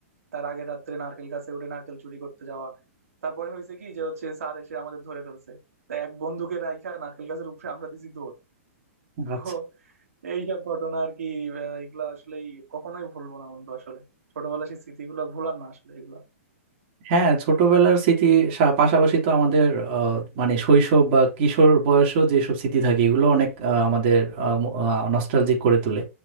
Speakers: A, on the right; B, on the right.
A: তার আগের রাত্রে নারকেল গাছে উঠে নারকেল চুরি করতে যাওয়া তারপরে হয়েছে কি যে হচ্ছে স্যার এসে আমাদের ধরে ফেলছে তা এক বন্ধুকে রাইখা নারকেল গাছের উপরে আমরা দিছি দৌড় তো
B: আচ্ছা
A: এইসব ঘটনা আর কি আহ, এগুলা আসলেই কখনোই ভুলবো না বন্ধু আসলে ছোটবেলার সেই স্মৃতিগুলো ভোলার না আসলে এগুলা
B: হ্যাঁ ছোটবেলার স্মৃতি সা- পাশাপাশি তো আমাদের আহ, মানে শৈশব বা কিশোর বয়সেও যেসব স্মৃতি থাকে এগুলো অনেক আহ, আমাদের নস্টালজিক করে তোলে